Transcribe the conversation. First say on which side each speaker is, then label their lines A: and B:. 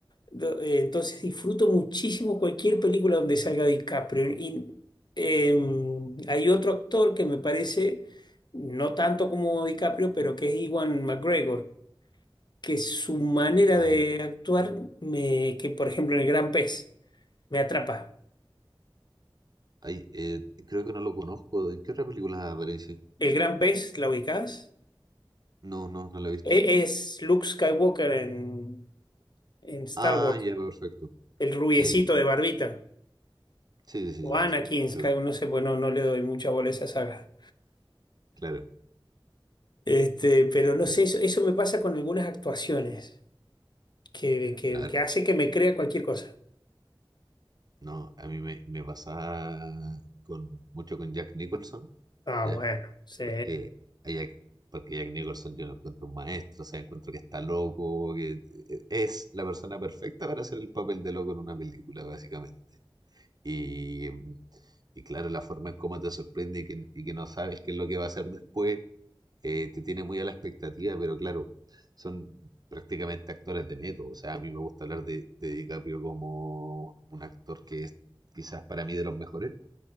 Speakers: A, on the left (about 55°); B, on the right (about 45°).
A: Do- eh, Entonces disfruto muchísimo cualquier película donde salga DiCaprio. Y em, hay otro actor que me parece, no tanto como DiCaprio, pero que es Iwan McGregor que su manera
B: Ay,
A: de actuar me, que por ejemplo en el Gran Pez, me atrapa.
B: ay, eh, creo que no lo conozco. ¿En qué otra película aparece?
A: El Gran Pez, ¿la ubicás?
B: No, no, no la he visto.
A: E- Es Luke Skywalker en, en Star
B: Ah,
A: Wars,
B: ya, perfecto.
A: el rubiecito
B: Ya, ya.
A: de barbita,
B: Sí, sí,
A: o
B: sí,
A: Anakin
B: sí, sí.
A: Skywalker,
B: Lo ubico.
A: no sé, pues no, no le doy mucha bola a esa saga.
B: Claro.
A: Este, pero no
B: Pero,
A: sé, eso, eso me pasa con algunas actuaciones que, que,
B: claro.
A: que hace que me crea cualquier cosa.
B: No, a mí me, me pasaba con, mucho con Jack Nicholson,
A: Ah,
B: ¿ya?
A: bueno, sí.
B: Porque a Jack, porque Jack Nicholson yo lo encuentro un maestro, o sea, encuentro que está loco, que eh, es la persona perfecta para hacer el papel de loco en una película, básicamente. Y, mm, y claro, la forma en cómo te sorprende y que, y que no sabes qué es lo que va a hacer después. eh, te tiene muy a la expectativa, pero claro, son prácticamente actores de método. O sea, a mí me gusta hablar de, de DiCaprio como un actor que es quizás para mí de los mejores